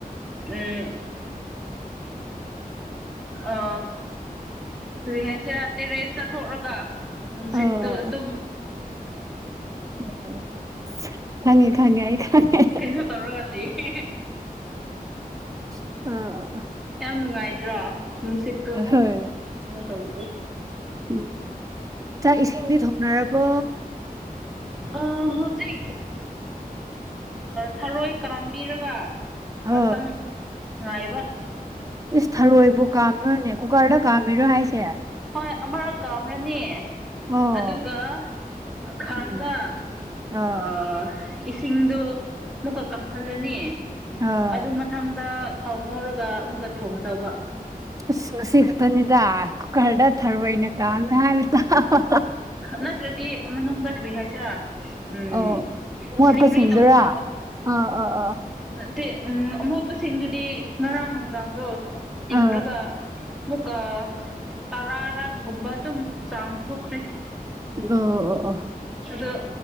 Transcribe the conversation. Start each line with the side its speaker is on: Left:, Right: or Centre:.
Centre: ꯎꯝ ꯑ ꯀ꯭ꯔꯤ ꯍꯥꯏꯁꯤꯔꯥ ꯇꯦꯔꯦꯁꯇ ꯊꯣꯛꯂꯒ ꯅꯨꯡꯁꯤꯠꯇꯨ
Right: ꯑꯣ
Centre: ꯑꯗꯨꯝ
Right: ꯑꯣ ꯈꯪꯉꯦ ꯈꯪꯉꯦ ꯑꯩ ꯈꯪꯉꯦ
Centre: ꯀꯩꯅꯣ ꯇꯧꯔꯒ ꯂꯩꯌꯦ
Right: ꯑꯣ
Centre: ꯌꯥꯝ ꯅꯨꯡꯉꯥꯏꯗ꯭ꯔꯣ ꯅꯨꯡꯁꯤꯠꯇꯨ
Right: ꯑ ꯍꯣꯏ
Centre: ꯀꯩꯅꯣꯇꯧꯕꯒꯤ
Right: ꯎꯝ ꯆꯥꯛ ꯏꯁꯤꯡꯗꯤ ꯊꯣꯡꯅꯔꯕꯣ
Centre: ꯑ ꯍꯨꯖꯤꯛ ꯊꯔꯣꯏ ꯀꯥꯝꯕꯤꯔꯒ ꯉꯛꯇꯪ
Right: ꯑ
Centre: ꯉꯥꯏꯕ
Right: ꯏꯁ ꯊꯔꯣꯏꯕꯨ ꯀꯥꯝꯔꯨꯅꯦ ꯀꯨꯀꯔꯗ ꯀꯥꯝꯃꯤꯔꯣ ꯍꯥꯏꯁꯦ
Centre: ꯍꯣꯏ ꯑꯃꯔꯛꯀꯥꯝꯔꯅꯤ
Right: ꯑꯣ
Centre: ꯑꯗꯨꯒ ꯈꯥꯡꯗ
Right: ꯎꯝ ꯑꯥ
Centre: ꯑ ꯏꯁꯤꯡꯗꯣ ꯑꯃꯨꯛꯀ ꯀꯪꯍꯜꯂꯅꯤ
Right: ꯑꯥ
Centre: ꯑꯗꯨ ꯃꯊꯪꯗ ꯊꯥꯎ ꯉꯧꯔꯒ ꯑꯃꯨꯛꯀ ꯊꯣꯡꯉꯗꯧꯕ
Right: ꯑꯁ ꯉꯁꯤ ꯈꯛꯇꯅꯤꯗ ꯀꯨꯀꯔꯗ ꯊꯔꯣꯏꯅꯦ ꯀꯥꯝꯃꯦ ꯍꯥꯏꯕ ꯇꯥꯕꯥ
Centre: ꯅꯠꯇ꯭ꯔꯗꯤ ꯃꯅꯨꯡꯗ ꯀꯔꯤ ꯍꯥꯏꯁꯤꯔꯥ ꯎꯝ
Right: ꯑꯧ ꯃꯣꯠꯄꯁꯤꯡꯗꯨꯔꯥ
Centre: ꯁ꯭ꯂꯤꯄ꯭ꯔꯤ ꯇꯧꯕ
Right: ꯑꯥ ꯑꯥ ꯑ
Centre: ꯅꯠꯇꯦ ꯎꯝ ꯑꯃꯣꯠꯄꯁꯤꯡꯗꯨꯗꯤ ꯉꯔꯥꯡ ꯅꯨꯡꯗꯥꯡꯗꯣ ꯇꯤꯡꯔꯒ
Right: ꯑꯥ
Centre: ꯑꯃꯨꯛꯀ ꯇꯔꯥꯔꯛꯒꯨꯝꯕ ꯑꯗꯨꯝ ꯆꯥꯝꯊꯣꯛꯈ꯭ꯔꯦ
Right: ꯑꯣ ꯑꯣ ꯑꯣ
Centre: ꯑꯗꯣ